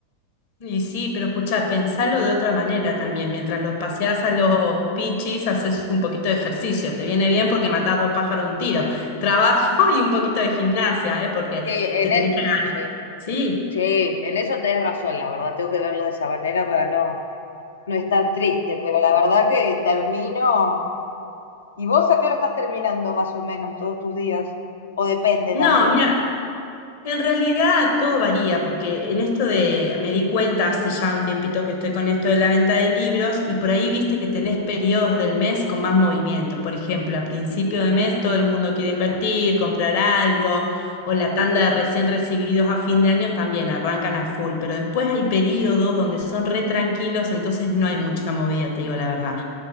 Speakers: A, on the left (about 50°); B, on the left (about 65°).
A: Y sí, pero escuchá, pensalo de otra manera también. Mientras los paseás a los pichis, haces un poquito de ejercicio. Te viene bien porque matás dos pájaros de un tiro. Trabajo <laughs> y un poquito de gimnasia, ¿eh? Porque
B: Sí, en
A: te tenés
B: e-
A: que...
B: sí,
A: Sí.
B: sí, en eso tenés razón, la verdad, tengo que verlo de esa manera para no, no estar triste, pero la verdad que termino ¿Y vos a qué hora estás terminando más o menos todos tus días? O depende
A: No,
B: también.
A: mira, en realidad todo varía, porque en esto de, me di cuenta hace ya un tiempito que estoy con esto de la venta de libros y por ahí viste que tenés periodos del mes con más movimientos. Por ejemplo, a principio de mes todo el mundo quiere invertir, comprar algo, o la tanda de recién recibidos a fin de año también arrancan a full, pero después hay periodos donde son re tranquilos, entonces no hay mucha movida, te digo la verdad.